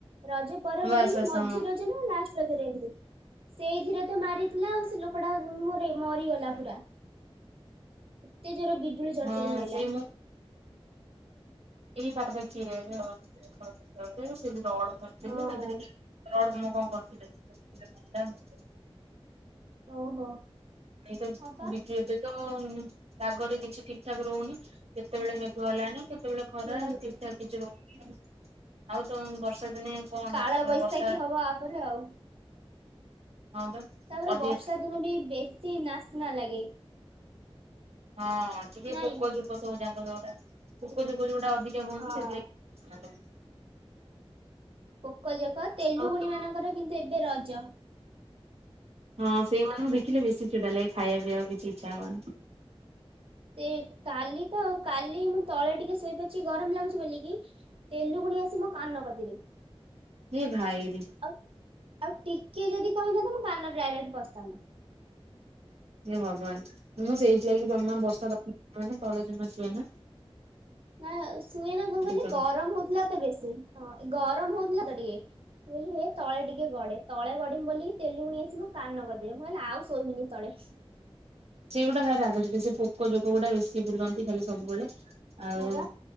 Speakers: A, on the right (about 65°); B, on the right (about 85°).
A: ରଜ ପର
B: ବାସ୍
A: ବୋଲିକି
B: ବାସ୍
A: ମଝି
B: ହଁ
A: ରଜ ନା ଲାଷ୍ଟ ରଜରେ ଏମିତି ସେଇଥିରେ ମାରିଥିଲା ଆଉ ସେ ଲୋକଟା ମରିଗଲା ପୁରା। ଏତେ ଜୋରରେ ବିଜୁଳି ଚର୍ଚରୀ
B: ହଁ
A: ହେଲା।
B: ସେଇ ମୁଁ ଏଇ ପାଖାପାଖିଆ ଏରିଆ <unintelligible> ରଡ ଧରିଥିଲି ତାଦେହରେ
A: ହଁ
B: ରଡ଼ କାମ କଣ କରୁଥିଲି। <unintelligible>
A: ଓହୋ।
B: ଏ ତ
A: ହଁ ପା।
B: ବିକି ଏବେ ତ ଆଗରେ କିଛି ଠିକି ଠାକ ରହୁନି। କେତେବେଳେ ମେଘ ହେଲାଣି କେତେବେଳେ ଖରା
A: ହୁଁ
B: ଠିକ୍ ଠାକ କିଛି ରହୁନି? ଆଉ ତ ବର୍ଷା ଦିନେ କଣ
A: କାଳ
B: ତମେ
A: ବୈଶାଖୀ
B: ବର୍ଷା
A: ହବ ଆପରେ ଆଉ
B: ହଁ ବା
A: ତାପରେ
B: ଅଧିକ
A: ବର୍ଷା ଦିନ ବି ବେଶୀ ନାହିଁ ନ ଲାଗେ
B: ହଁ ଟିକେ
A: ନାଇଁ
B: ପୁକ ଯୁକ ସବୁ ଯାଙ୍କ ସ <unintelligible> ପୁକଯୁକ ଯୋଉଡା ଅଧିକା ହୁଅନ୍ତି
A: ହଁ
B: ସେଥିଲାଗି
A: ପୋକଜକ ତେଲୁଗୁଣି
B: ଆଉ
A: ମାନଙ୍କର କିନ୍ତୁ ଏବେ ରଜ।
B: ହଁ ସେଇମାନଙ୍କୁ ଦେଖି ଖିଲେ ବେଶି ଚିଡ଼ା ଲାଗେ ଖାଇବା ପିଇବାକୁ କିଛି ଇଛା ହୁଏନି।
A: ଏ କାଲି ତ ଆଉ କାଲି ମୁଁ ତଳେ ଟିକେ ଶୋଇପଡ଼ିଛି ଗରମ ଲାଗୁଛି ବୋଲିକି ତେଲୁଗୁଣି ଆସି ମୋ କାନ କତିରେ
B: ହେ ଭାଇରେ
A: ଆଉ। ଆଉ ଟିକେ ଯଦି କଣ ହେଇଥାନ୍ତା ମୋ କାନରେ ଡାଇରେକ୍ଟ ପସିଥାନ୍ତା।
B: ହେ ଭଗବାନ ତ ମୁଁ ସେଇ ଲାଗି ଜମା ବର୍ଷା ମୁଁ ବି ତଳେ ଜମା ସୁଏନା।
A: ନା ଶୁଏ ନା ମୁଁ ବୋଲି
B: ତଳେ।
A: ଗରମ ହଉଥିଲା ତ ବେଶୀ। ହଁ ଏ ଗରମ ହଉଥିଲା ତ ଟିକେ ମୁଁ କହିଲି ହେ ତଳେ ଟିକେ ଗଡେ ତଳେ ଗଡିମି ବୋଲି ତେଲୁଗୁଣି ଆସି ମୋ କାନ କତିରେ ମୁଁ କହିଲି ଆଉ ସୋଇମିନି ତଳେ।
B: ସେଗୁଡ଼ା ଭାରି ରାଗ ଲାଗିବ ସେ ପୋକ ଜୋକ ଗୁଡା ବେଶୀ ବୁଲନ୍ତି ଖାଲି ସବୁବେଳେ। ଆଉ
A: ହଁ ବା।